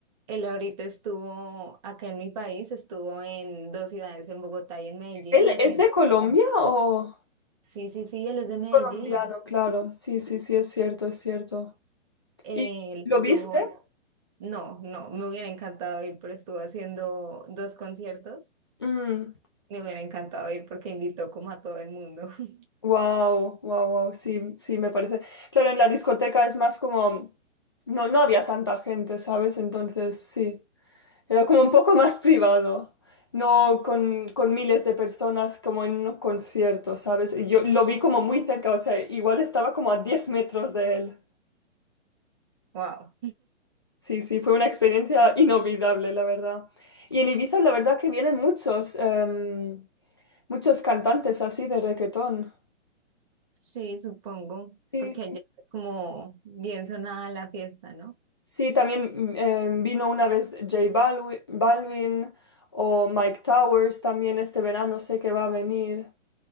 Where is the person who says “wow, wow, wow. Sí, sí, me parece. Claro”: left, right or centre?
Left